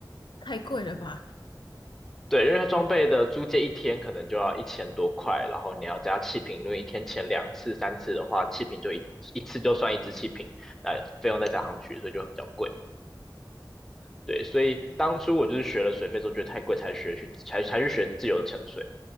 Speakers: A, on the left; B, in the centre.
A: 太贵了吧，
B: 对，因为它装备的租借一天可能就要一千多块，然后你要加气瓶，因为一天前两次、三次的话，气瓶就一一次就算一支气瓶，那费用再加上去，所以就会比较贵。对，所以当初我就是学了水费之后，觉得太贵，才学去才才去学自由潜水。